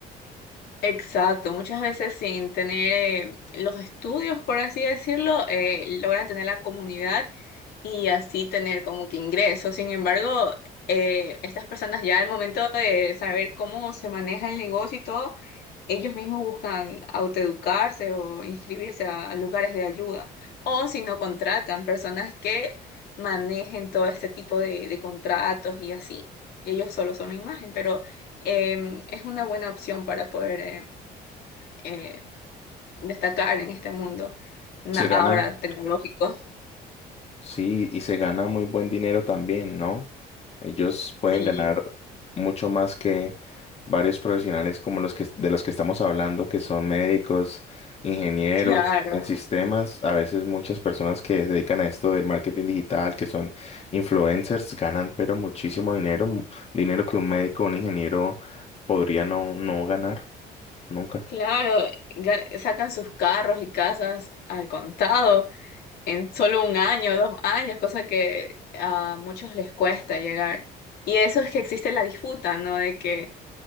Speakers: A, on the left (about 70°); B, on the left (about 35°).
A: Exacto, muchas veces sin tener eh, los estudios, por así decirlo, eh, logran tener la comunidad y así tener como que ingresos. Sin embargo, eh, estas personas ya al momento de saber cómo se maneja el negocio y todo, ellos mismos buscan autoeducarse o inscribirse a, a lugares de ayuda, o si no contratan personas que manejen todo este tipo de, de contratos y así. Y ellos solo son la imagen, pero em, es una buena opción para poder em, eh, destacar en este mundo na-
B: Se
A: ahora
B: gana,
A: tecnológico.
B: Sí, y se gana muy buen dinero también, ¿no? Ellos pueden
A: Sí,
B: ganar mucho más que varios profesionales como los que de los que estamos hablando, que son médicos, ingenieros,
A: claro,
B: en sistemas. A veces muchas personas que se dedican a esto del marketing digital, que son influencers, ganan pero muchísimo dinero, mu- dinero que un médico o un ingeniero podría no, no ganar nunca.
A: claro, ga- sacan sus carros y casas al contado. en solo un año, dos años, cosa que a muchos les cuesta llegar. Y eso es que existe la disputa, ¿no? De que,